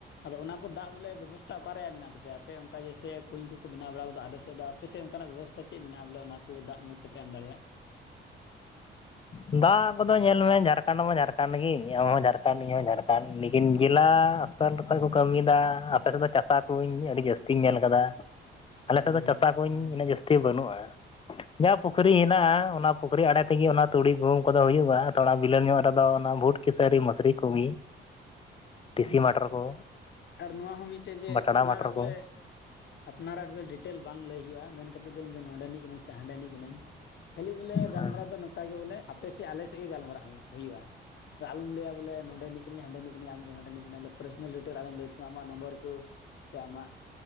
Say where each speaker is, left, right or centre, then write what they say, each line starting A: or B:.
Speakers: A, on the left (about 60°); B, on the left (about 30°).
A: ᱟᱫᱚ ᱚᱱᱟ ᱠᱚ ᱫᱟᱜ ᱵᱚᱞᱮ ᱵᱮᱵᱚᱥᱛᱷᱟ ᱚᱠᱟ ᱨᱮᱭᱟᱜ ᱢᱮᱱᱟᱜ ᱛᱟᱯᱮᱭᱟ? ᱟᱯᱮ ᱚᱝᱠᱟ ᱡᱮᱭᱥᱮ ᱠᱩᱧ ᱠᱚᱠᱚ ᱵᱮᱱᱟᱣ ᱵᱟᱲᱟᱣ ᱠᱟᱫᱟ ᱟᱞᱮ ᱥᱮᱜ ᱫᱚ ᱟᱯᱮᱥᱮᱜ ᱚᱝᱠᱟᱱᱟᱜ ᱵᱮᱵᱚᱥᱛᱟ ᱪᱮᱜ ᱢᱮᱱᱟᱜᱼᱟ ᱵᱚᱞᱮ ᱚᱱᱟ ᱠᱚ ᱫᱟᱜ ᱢᱚᱡᱽ ᱛᱮᱯᱮ ᱮᱢ ᱫᱟᱲᱮᱭᱟᱜ? <inaudible>
B: ᱫᱟᱜ ᱠᱚᱫᱚ ᱧᱮᱞ ᱢᱮ ᱡᱷᱟᱨᱠᱟᱸᱰ ᱢᱟ ᱡᱷᱟᱨᱠᱟᱸᱰ ᱜᱤ ᱟᱢᱦᱚᱸ ᱡᱷᱟᱨᱠᱟᱸᱰ ᱤᱧᱦᱚᱸ ᱡᱷᱟᱨᱠᱟᱸᱰ ᱞᱤᱠᱷᱤᱸᱱ ᱡᱮᱞᱟ ᱥᱟᱞ ᱠᱷᱚᱡ ᱠᱚ ᱠᱟᱹᱢᱤᱭᱫᱟ ᱟᱯᱮ ᱥᱮᱜ ᱫᱚ ᱪᱟᱥᱟ ᱠᱚᱧ ᱟᱹᱰᱤ ᱡᱟᱹᱥᱛᱤᱧ ᱧᱮᱞ ᱠᱟᱫᱟ ᱟᱞᱮᱥᱮᱜ
A: ᱦᱮᱸ
B: ᱫᱚ ᱪᱟᱥ ᱥᱟ ᱠᱩᱧ ᱤᱱᱟᱹᱜ ᱡᱟᱹᱥᱛᱤ ᱵᱟᱹᱱᱩᱜᱼᱟ, ᱡᱟ ᱯᱩᱠᱷᱨᱤ ᱦᱮᱱᱟᱜᱼᱟ ᱚᱱᱟ ᱯᱩᱠᱷᱨᱤ ᱟᱲᱮ ᱛᱮᱜᱮ ᱚᱱᱟ ᱛᱩᱲᱤ, ᱜᱩᱦᱩᱢ ᱠᱚᱫᱚ ᱦᱩᱭᱩᱜᱼᱟ᱾ ᱛᱷᱚᱲᱟ ᱵᱤᱞᱟᱹᱱ ᱧᱚᱜ ᱨᱮᱫᱚ ᱚᱱᱟ ᱵᱷᱩᱴ, ᱠᱤᱥᱟᱹᱨᱤ, ᱢᱟᱥᱨᱤ ᱠᱚᱜᱮ᱾ ᱴᱮᱥᱤ ᱢᱟᱴᱚᱨ ᱠᱚ᱾
A: ᱟᱨ ᱱᱚᱣᱟ ᱦᱚᱸ ᱢᱤᱫᱴᱮᱡ ᱡᱮ
B: ᱵᱟᱴᱲᱟ
A: ᱟᱯᱱᱟᱨᱟᱜ
B: ᱢᱟᱴᱚᱨ
A: ᱵᱚᱞᱮ
B: ᱠᱚ
A: ᱟᱯᱱᱟᱨᱟᱜ ᱰᱮ ᱴᱮᱞ ᱵᱟᱝ ᱞᱟᱹᱭ ᱦᱩᱭᱩᱜᱼᱟ, ᱢᱮᱱ ᱠᱟᱛᱮᱜ ᱫᱚ ᱤᱧ ᱫᱚ ᱱᱚᱸᱰᱮ ᱱᱤᱡ ᱠᱟᱹᱱᱟᱹᱧ ᱥᱮ ᱦᱟᱸᱰᱮ ᱱᱤᱡ ᱠᱟᱹᱱᱟᱹᱧ᱾ ᱠᱷᱟᱹᱞᱤ ᱵᱚᱞᱮ ᱜᱟᱞᱢᱟᱨᱟᱣ
B: ᱦᱮᱸ
A: ᱫᱚ ᱱᱚᱠᱟ ᱜᱮ ᱵᱚᱞᱮ ᱟᱯᱮ ᱥᱮᱫ ᱟᱞᱮᱥᱮᱜ ᱜᱮ ᱜᱟᱞᱢᱟᱨᱟᱜ ᱦᱩᱭᱩᱜᱼᱟ᱾ ᱟᱫᱚ ᱟᱞᱚᱢ ᱞᱟᱹᱭᱟ ᱵᱚᱞᱮ ᱱᱚᱸᱰᱮ ᱱᱤᱡ ᱠᱟᱱᱤᱧ ᱦᱟᱸᱰᱮ ᱱᱤᱡ ᱠᱟᱱᱤᱧ ᱟᱢ ᱫᱚ ᱦᱟᱸᱰᱮ ᱱᱤᱡ ᱠᱟᱱᱟᱢ ᱯᱟᱨᱥᱚᱱᱟᱞ ᱞᱮᱴᱟᱨ ᱠᱚ ᱟᱞᱩᱢ ᱞᱟ. ᱭ ᱛᱟᱢᱟ ᱟᱢᱟᱜ ᱱᱚᱢᱵᱚᱨ ᱠᱚ᱾ ᱥᱮ ᱟᱢᱟᱜ